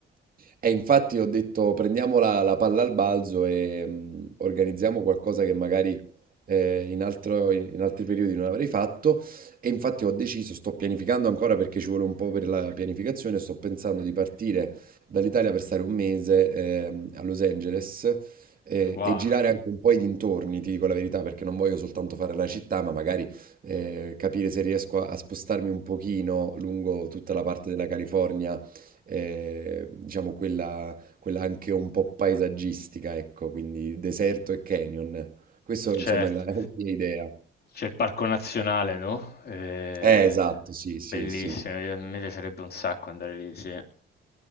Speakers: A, on the right; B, on the left.
A: E infatti ho detto prendiamo la, la palla al balzo e mh, organizziamo qualcosa che magari eh, in altro- in- in altri periodi non avrei fatto. E infatti ho deciso, sto pianificando ancora perché ci vuole un po' per la pianificazione, sto pensando di partire dall'Italia per stare un mese ehm, a Los Angeles eh,
B: Wow,
A: e girare anche un po' i dintorni, ti dico la verità, perché non voglio soltanto fare la città, ma magari eh, capire se riesco a, a spostarmi un pochino lungo tutta la parte della California eh, diciamo quella, quella anche un po' paesaggistica, ecco, quindi deserto e canyon. Questo
B: certo.
A: insomma è la, è la mia idea.
B: C'è il parco nazionale, no? Eh,
A: Eh, esatto, sì,
B: bellissimo,
A: sì, sì.
B: io- a me piacerebbe un sacco andare lì, sì.